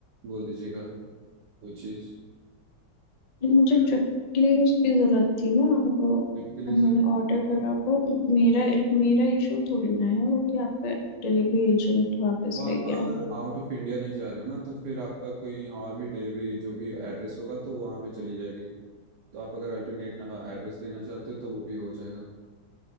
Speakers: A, on the right (about 70°); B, on the left (about 80°).
A: बोल दीजिएगा वो चीज़
B: फिर
A: तो
B: मुझे
A: फिर
B: ट्रिप के लिए उसकी जरूरत थी ना वो
A: आपके
B: अब
A: लिए
B: मैंने
A: से
B: ऑर्डर करा वो मेरा मेरा इशू थोड़ी ना है वो कि आपका डिलीवरी एजेंट वापस
A: वो आप
B: ले गया
A: अगर आउट ऑफ इंडिया नहीं जा रहे हो ना तो फिर आपका कोई और भी डिलीवरी जो भी एड्रेस होगा तो वहाँ पे चली जाएगी तो आप अगर अल्टरनेट एड्रेस देना चाहते हो तो वो भी हो जाएगा